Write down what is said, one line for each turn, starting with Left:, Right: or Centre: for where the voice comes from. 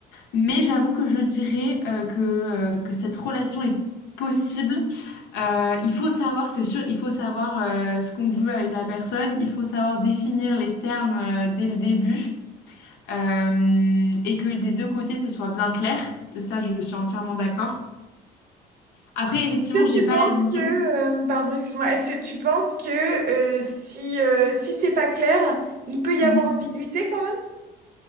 Left: Mais j'avoue que je dirais euh, que, euh, que cette relation est possible. Euh, il faut savoir, c'est sûr, il faut savoir euh, ce qu'on veut avec la personne, il faut savoir définir les termes euh, dès le début euh, et que des deux côtés ce soit bien clair. Ça, je suis entièrement d'accord. Après, effectivement,
Right: que
Left: j'ai
Right: tu
Left: pas
Right: penses
Left: la vision.
Right: que, euh, pardon, excuse-moi, est-ce que tu penses que euh, si, euh, si c'est pas clair, il peut y
Left: Mhm.
Right: avoir ambiguïté quand même?